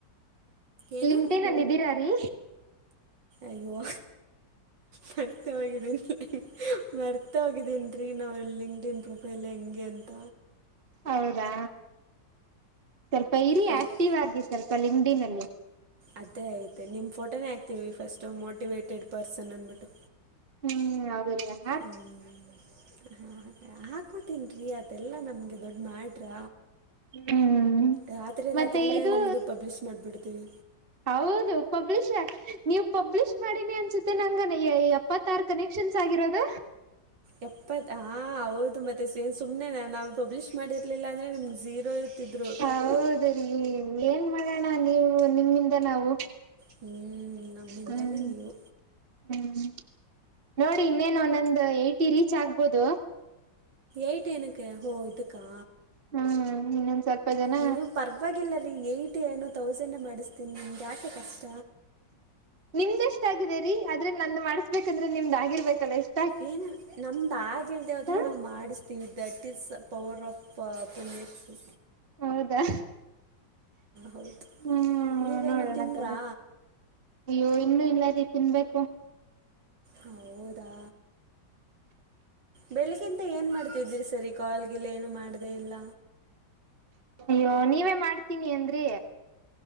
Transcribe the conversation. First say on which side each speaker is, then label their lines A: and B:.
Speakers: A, on the right; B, on the right.
A: ಏನು
B: ಲಿಂಕಡಿನ್ಲ್ ಇದ್ದೀರ್ ರಿ
A: ಅಯ್ಯೋ ಮರ್ತೆ ಹೋಗಿದ್ದಿನಿ ಮರ್ತೆ ಹೋಗಿದ್ದೀನ್ ರೀ ನಾವಲ್ಲ್ ಲಿಂಕ್ಡ್ ಇನ್ ಪ್ರೊಫೈಲ್ ಹೆಂಗೆ ಅಂತ
B: ಹೌದಾ ಸ್ವಲ್ಪ ಇರಿ
A: ಹೌದು
B: ಆಕ್ಟಿವ್ ಆಗಿ ಸ್ವಲ್ಪ ಲಿಂಕಡಿನಲ್ಲಿ
A: ಅದೇ ಐತೆ ನಿಮ್ಮ ಫೋಟನೇ ಹಾಕ್ತೀವಿ ಫಸ್ಟ್ ಮೋಟಿವೇಟೆಡ್ ಪರ್ಸನ್ ಅಂದ್ಬಟ್ಟು
B: ಹ್ಮ್ ಹೌದು ಹುಲಿಯಾ
A: ಹ್ಮ್ ಹಾ ಹಾಕೋತಿನ್ರಿ ಅದೆಲ್ಲಾ ನಮ್ಗೆ ದೊಡ್ ಮ್ಯಾಟ್ರ್
B: ಹ್ಮ್
A: ರಾತ್ರಿ
B: ಮತ್ತೆ
A: ರಾತ್ರಿನೇ
B: ಇದು
A: ನಿಮ್ದು ಪಬ್ಲಿಷ್ ಮಾಡ್ಬಿಡ್ತೀವಿ
B: ಹೌದು ಪಬ್ಲಿಷ್ ನೀವು ಪಬ್ಲಿಷ್ ಮಾಡೀನಿ ಅನ್ಸುತ್ತ ಮತ್ತೆ ನಂಗನ್ ಎಪ್ಪತ್ತಾರ ಕನೆಕ್ಷನ್ಸ್ ಆಗಿರೋದ
A: ಎಪ್ಪತ್ ಹಾ ಹೌದು ಮತ್ತ್ ತ್ತೆ ಸೇನ್ ಸುಮ್ಮನೆ ನಾ ನಾವ್ ಪಬ್ಲಿಷ್ ಮಾಡಿರಲಿಲ್ಲ ಅಂದ್ರೆ ನಿಮ್ಗ ಝೀರೋ ಇರ್ತಿದ್ರು
B: ಹೌದು ಏನ್ ಮಾಡಣ ನೀವು ನಿಮ್ಮಿಂದ ಮಿಂದ ನಾವು
A: ಹ್ಮ್ ನಮ್ಮಿಂದಾನೇ
B: ಹ್ಮ್
A: ನೀವು
B: ಹ್ಮ್ ನೋಡಿ ಇನ್ನೇನು ಒನ್ನ ನೊಂದು ಏಟಿ ರೀಚ್ ಆಗ್ಬೋದು
A: ಎಟ ಏನಕ್ಕೆ ಹೋ ಇದುಕ್ಕಾ
B: ಹ್ಮ್ ಇನ್ನೊಂದ್ ಸ್ವಲ್ಪ ಜನ
A: ನೀವ್ ಪರವಾಗಿಲ್ಲ ರೀ ಏಟಿ ಏನು ತೌಸಂಡೆ ಮಾಡಿಸ್ತೀನಿ ನಿಮ್ಗ ಯಾಕೆ ಕಷ್ಟ
B: ನಿಮ್ದ ಎಷ್ಟ ಆಗಿದೆರಿ ಆದ್ರೆ ನಂದು ಮಾಡಸ್ಬೇಕಂದ್ರೆ ನಿಮ್ದ ಆಗಿರ್ಬೇಕಲ್ಲ ಎಷ್ಟ.
A: ಏನು ನಮ್ದ್ ಆಗಲ್ದೆ ಹೋದ್ರು
B: ಹ್ಮ
A: ನಾವು ಮಾಡಿಸ್ತೀವಿ ದಟ್ ಈಸ್ ಪವರ್ ಆಫ್. ಪ ಪುಣ್ಯಾಶ್ರೀ.
B: ಹೌದಾ.
A: ಹೌದು
B: ಹ್ಮ್
A: ನೀವೇನು
B: ನೋಡೋಣ
A: ತಿಂದ್ರಾ.
B: ತಗ ಅಯ್ಯೋ ಇನ್ನುೂ ಇಲ್ಲಾರಿ ತಿನ್ಬೇಕು.
A: ಹೌದಾ. ಬೆಳಗೆ ಇಂದ ಏನ್ ಮಾಡ್ತಿದ್ದೀರಿ ಸರಿ ಕಾಲ್ಗಿಲ್ಲ ಏನು ಮಾಡ್ದೇ ಇಲ್ಲ.
B: ಅಯ್ಯೋ ನೀವೇ ಮಾಡ್ತೀನಿ ಅಂದ್ರೀ.